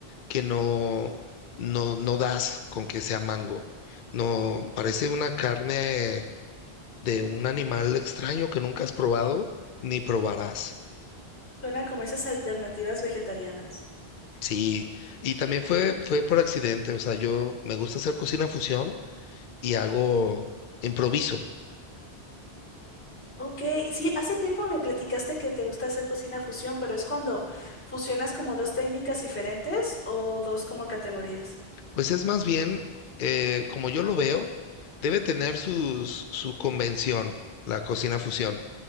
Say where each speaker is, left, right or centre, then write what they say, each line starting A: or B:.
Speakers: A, on the left; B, on the left.
A: que no, no, no das con que sea mango. No, parece una carne de un animal extraño que nunca has probado ni probarás.
B: Suena como esas alternativas vegetarianas.
A: Sí, y también fue, fue por accidente, o sea, yo me gusta hacer cocina fusión y hago improviso.
B: Ok, sí, hace tiempo me platicaste que te gusta hacer cocina fusión, pero es cuando fusionas como dos técnicas diferentes o dos como categorías.
A: Pues es más bien, eh, como yo lo veo, debe tener sus- su convención, la cocina fusión.